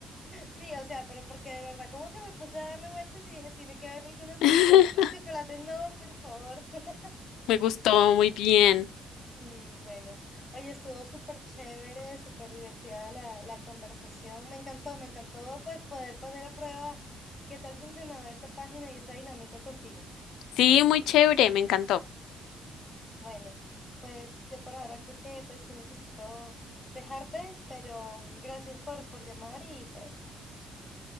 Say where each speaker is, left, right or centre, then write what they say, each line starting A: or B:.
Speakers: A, on the left (about 20°); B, on the left (about 90°).
A: Sí, o sea, pero porque de verdad, como que me puse a darle vueltas y dije, tiene que haber alguna solución
B: <laughs>
A: porque el chocolate no, por favor. <laughs>
B: Me gustó muy bien.
A: Sí, bueno. Oye, estuvo súper chévere, súper divertida la, la conversación. Me encantó, me encantó pues poder poner a prueba qué tal funcionaba esta página y esta dinámica contigo.
B: Sí,
A: Entonces,
B: muy chévere, me encantó.
A: bueno, pues yo por ahora creo que pues sí necesito dejarte, pero gracias por, por llamar y pues